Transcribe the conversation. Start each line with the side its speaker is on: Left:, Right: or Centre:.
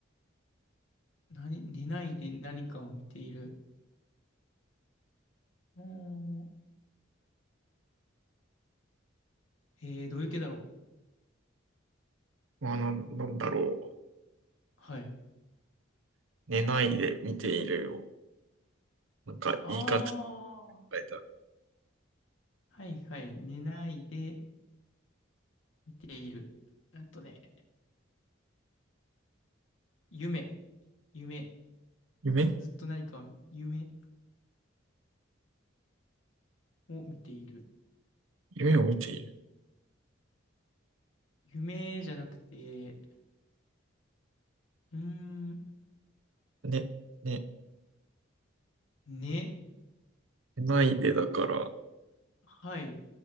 Left: 何、寝ないで何かを見ている。うーん、えー、どういう系だろう。
Right: まあ、なん、なんだろう。
Left: はい。
Right: 寝ないで見ているを、なんか、
Left: ああ、
Right: いい感じに書いた。
Left: はいはい。寝ないで見ている。えっとね、夢、夢、
Right: 夢
Left: ずっと何か夢を見ている。
Right: 夢を見ている。
Left: 夢じゃなくて、うーん、
Right: ね、ね、
Left: 寝、
Right: 寝ないでだから、
Left: はい、